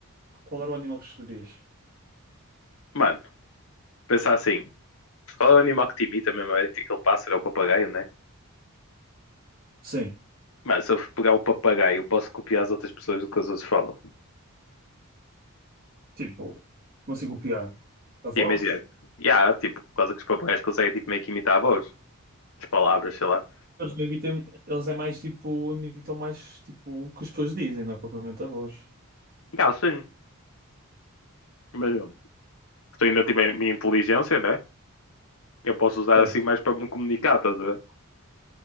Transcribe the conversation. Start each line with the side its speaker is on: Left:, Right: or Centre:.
Right: qual era o animal que escolherias?
Left: Mano, pensar assim. Qual é o animal que te imita mesmo? É tipo aquele pássaro, é o papagaio, né?
Right: Sim,
Left: Mano, se eu pegar o papagaio, eu posso copiar as outras pessoas do que os outros falam.
Right: tipo, como assim copiar? A voz?
Left: Sim, imagina. Yeah, tipo, por causa que os papagaios conseguem tipo, meio que imitar a voz, as palavras, sei lá.
Right: Eles não imitam, eles é mais tipo, imitam mais tipo o que as pessoas dizem, não é propriamente a voz.
Left: Yeah, sim. Mas eu que ainda tiver a minha inteligência, né? Eu posso usar
Right: Certo.
Left: assim mais para me comunicar, estás a ver?